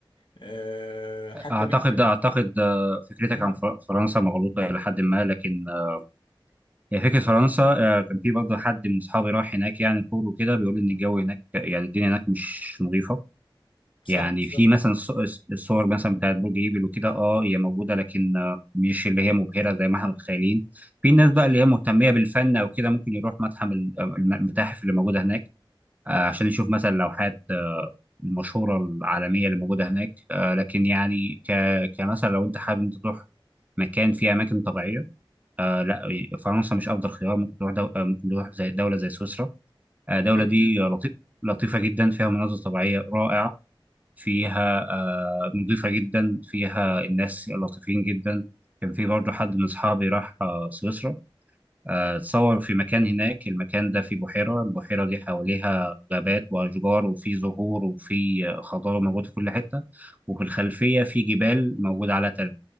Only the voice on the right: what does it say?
أعتقد
أعتقد آه، فكرتك
عن فر- فرنسا مغلوطة إلى حد ما لكن آه، هي فكرة فرنسا آه، كان في برضه حد من أصحابي راح هناك يعني طول وكده بيقول إن الجو هناك يعني الدنيا هناك مش نظيفة
يعني
في مثلا الص- الصور مثلا بتاعت برج ايفل وكده اه هي موجوده لكن آه، مش اللي هي مبهره زي ما احنا متخيلين في ناس
بقى اللي هي مهتميه بالفن او كده ممكن يروح متحف ال- المتاحف اللي موجوده هناك آه، عشان يشوف مثلا لوحات آه، المشهوره العالميه اللي موجوده هناك آه، لكن يعني ك كمثلا لو انت حابب انت تروح مكان فيه اماكن طبيعيه آه لا فرنسا مش افضل خيار ممكن تروح دو... آه، ممكن تروح زي دوله زي سويسرا آه، الدوله
دي لطيف لطيفه جدا فيها مناظر طبيعيه رائعه فيها آه، نظيفة جدا فيها الناس لطيفين جدا كان في برضه حد من أصحابي راح آه، سويسرا آه، اتصور في مكان هناك المكان ده فيه بحيرة البحيرة دي حواليها غابات وأشجار وفي زهور وفي آه، خضار موجود في كل حتة وفي الخلفية في جبال موجودة على تلج